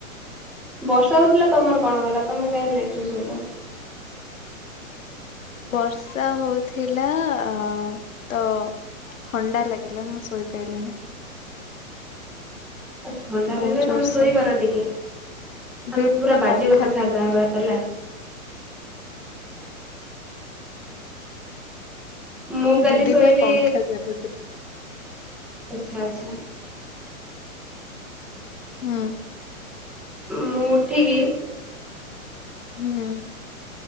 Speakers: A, in the centre; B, on the left (about 65°).
A: ବର୍ଷା ହଉଥିଲା ତମର କଣ ଗଲା ତମେ କାହିଁ ଲେଟ୍ ରେ ଶୋଇଲ?
B: ବର୍ଷା ହଉଥିଲା ଆ ତ ଥଣ୍ଡା ଲାଗିଲା ମୁଁ ଶୋଇପାଇଲିନି।
A: ଥଣ୍ଡା
B: ବହୁତ
A: ଲାଗିଲେ
B: ଜୋରସେ।
A: ତମେ ଶୋଇପାରନି କି?
B: ଦିଦିଟା
A: ଆମେ ପୁରା ବାଜ୍ୟ
B: ପଙ୍ଖା
A: କଥାବାର୍ତା
B: ଚାଲୁଥିଲା।
A: ହେବା ହେଲା। ମୁଁ କାଲି
B: ଦିଦିଟା
A: ଶୋଇଲି
B: ପଙ୍ଖା ଦେବେ ତ
A: ଆଚ୍ଛା ଆଚ୍ଛା।
B: ହୁଁ
A: ମୁଁ ଉଠିକି
B: ହୁଁ